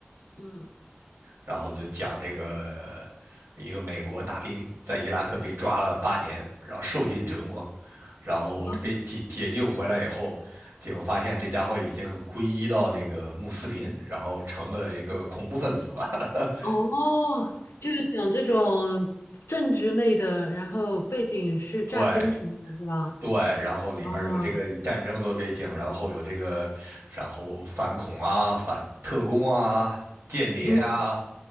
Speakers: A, on the left; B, on the right.
A: 嗯。
B: 然后就讲这个一个美国大兵在伊拉克被抓了八年，然后受尽折磨，然后被解解救回来以后，
A: 哇，
B: 结果发现这家伙已经皈依到那个穆斯林，然后成了一个恐怖分子了。
A: 哦，就是讲这种政治类的，然后背景是战争型的，
B: <laughs> 对
A: 是吧？
B: 对，然后里面有这个以战争做背景，
A: 啊，
B: 然后有这个，然后反恐啊、反特工啊、间谍啊，
A: 嗯，